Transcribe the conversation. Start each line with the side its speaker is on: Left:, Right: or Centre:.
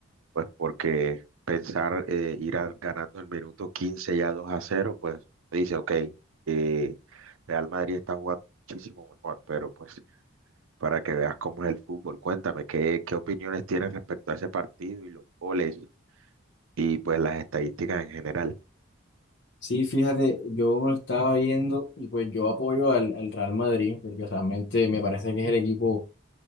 Right: pues porque pensar eh, ir al- ganando el minuto 15 ya 2 a cero, pues dice ok, eh, Real Madrid está jugando muchísimo mejor, pero pues para que veas cómo es el fútbol. Cuéntame, ¿qué, qué opiniones tienes respecto a ese partido y los goles y pues las estadísticas en general?
Left: Sí, fíjate, yo me lo estaba viendo y pues yo apoyo al, al Real Madrid, porque realmente me parece que es el equipo